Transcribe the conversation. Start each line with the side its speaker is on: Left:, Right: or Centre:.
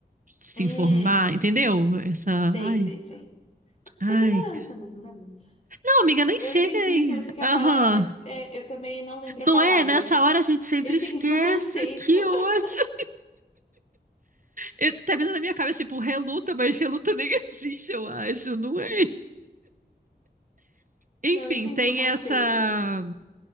Right: se
Left: Hum,
Right: informar, entendeu? Essa,
Left: sei,
Right: ai,
Left: sei, sei. Tipo,
Right: ai.
Left: ignorância
Right: ca-
Left: mesmo, né? Lu?
Right: Não, amiga, nem
Left: Eu
Right: chega
Left: entendi
Right: aí.
Left: o que você quer
Right: Aham.
Left: falar, mas é, eu também não lembro a
Right: Não
Left: palavra.
Right: é? Nessa hora a gente sempre
Left: Eu entendi
Right: esquece.
Left: o conceito.
Right: Que
Left: <laughs>
Right: ódio. Eu- Tá vindo na minha cabeça, tipo, reluta, mas reluta nem <laughs> existe, eu acho, não é? Enfim,
Left: Não, eu entendi
Right: tem
Left: o conceito.
Right: essa.